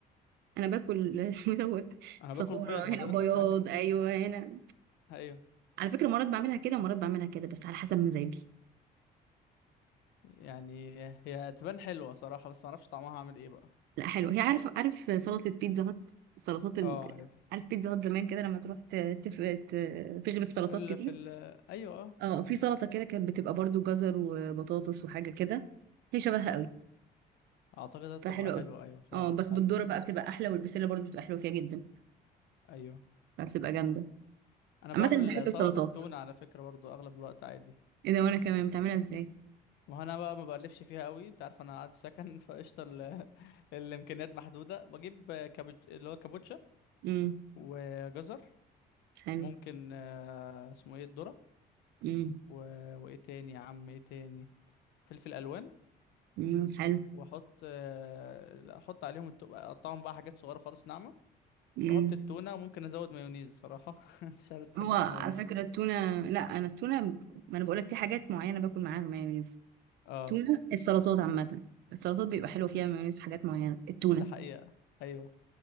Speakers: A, on the right (about 75°); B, on the left (about 80°).
A: انا باكل <laughs> اسمه دوت
B: انا
A: صفارة
B: باكل بيض حضرتك
A: هنا بياض
B: <laughs> ايوه
A: ايوه هنا
B: ايوه
A: على فكره مرات بعملها كده ومرات بعملها كده بس على حسب مزاجي
B: يعني هي تبان حلوه صراحه بس ما اعرفش طعمها عامل ايه بقى
A: لا حلو هي عارف عارف سلطة بيتزا هات السلطات ال...
B: اه عارف
A: عارف بيتزا هات زمان كده لما تروح ت... تف... ت... تغرف سلطات
B: الا
A: كتير
B: في ال ايوه اه
A: اه في سلطة كده كانت بتبقى برضو جزر وبطاطس وحاجة كده هي شبهها قوي
B: اعتقد هتبقى
A: فحلوة
B: حلوه
A: قوي
B: ايوه فعلا
A: اه بس
B: حلوه
A: بالذرة بقى بتبقى احلى والبسلة برضو بتبقى حلوة فيها جدا
B: ايوه
A: فبتبقى جامدة
B: انا
A: عامة
B: بعمل
A: أنا بحب السلطات
B: سلطه التونه على فكره برضو اغلب الوقت عادي
A: ايه ده وانا كمان بتعملها ازاي
B: ما هو انا بقى ما بقلبش فيها قوي انت عارف انا قاعد في سكن <laughs> فقشطه ال- الامكانيات محدوده بجيب كابوتش اللي هو كابوتشا
A: <laughs> امم
B: وجزر
A: حلو
B: ممكن آه، اسمه ايه الذرة
A: امم
B: و... وايه تاني يا عم ايه تاني فلفل الوان
A: امم حلو
B: واحط آه، لا احط عليهم التو... اقطعهم بقى حاجات صغيرة خالص ناعمة
A: امم
B: واحط التونة وممكن ازود مايونيز صراحة <laughs> مش عارف بتحبش
A: هو على
B: المايونيز
A: فكرة
B: دي
A: التونة لا انا التونة ما انا بقولك في حاجات معينة باكل معاها مايونيز
B: اه
A: تونة السلطات عامة السلطات بيبقى حلو فيها مايونيز في حاجات معينة التونة
B: ده حقيقة ايوه